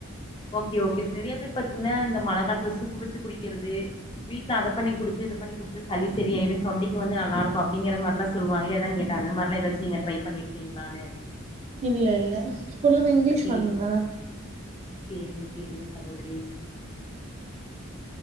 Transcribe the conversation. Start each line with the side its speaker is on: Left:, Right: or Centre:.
Left: ஓகே ஓகே நெறையா பேரு பாத்தீங்கனா இந்த மழ காலத்துல சூப்பு வெச்சு குடிக்கிறது வீட்ல அத பண்ணி குடுத்து இத பண்ணி குடுத்து சளி செரியாயிரு தொண்டைக்கு வந்து நல்லாருக்கு அப்டிங்கிற மாரிலா சொல்லுவாங்களே அதா கேட்டே அந்த மாரிலா எதாச்சு நீங்க ட்ரை பண்ணிருக்கீங்களானு
Right: இல்ல இல்ல ஃபுல்லுமே இங்கிலீஷ்
Left: சேரி
Right: மருந்து தா
Left: சேரிங்க சேரிங்க சகோதரி